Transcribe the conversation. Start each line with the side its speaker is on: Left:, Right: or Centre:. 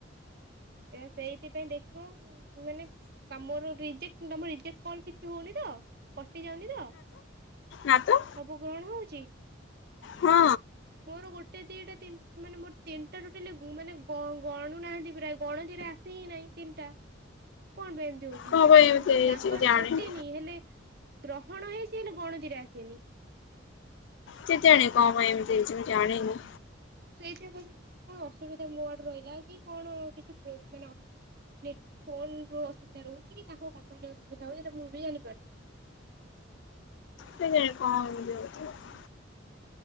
Right: ଏ ସେଇଥିପାଇଁ ଦେଖିବ ମାନେ କାମର ରିଜେକ୍ ତମ ରିଜେକ୍ଟ କଲ କିଛି ହଉନି ତ। କଟି ଯାଉନି ତ
Left: ନା ତ
Right: ସବୁ ଗ୍ରହଣ ହଉଛି।
Left: ହଁ
Right: ମୋର ଗୋଟେ ଦିଟା ତୀନ ମାନେ ମୋର ତିନିଟା ଟୋଟାଲି ମାନେ ଗ-ଗଣୁ ନାହାନ୍ତି ପ୍ରାୟ। ଗଣତିରେ ଆସ ହିଁ ନାଇଁ ତିନିଟା। କଣ ପାଇଁ ଏମିତି ହଉ ଚି
Left: କଣ
Right: ମାନେ
Left: ପାଇଁ ଏମିତି ହେଇଛି
Right: ତାଙ୍କ ଆଡୁ
Left: ଜାଣିନି
Right: କଟିନି। ହେଲେ ଗ୍ରହଣ ହେଇଚି ହେଲେ ଗଣତିରେ ଆସିନି।
Left: କେଜାଣି କଣ ପାଇଁ ଏମିତି ହେଇଚି ମୁଁ ଜାଣିନି।
Right: ସେଇଥି ପାଇଁ ଭାବୁଥିଲି କଣ ଅସୁବିଧା ମୋ ଆଡୁ ରହିଲା। କି କଣ କିଛି ପ୍ରୋ ମାନେ ନେଟ ଫୋନର ଅସୁବିଧା ରହୁଛି। କି ତାଙ୍କ କମ୍ପାନୀ ଅସୁବିଧା ହଉଛି। ସେଟା ମୁଁ ବି ଜାଣିପାରୁନି।
Left: କେଜାଣି କଣ ହେଇଥିବ ଗୋଟେ ଆଉ।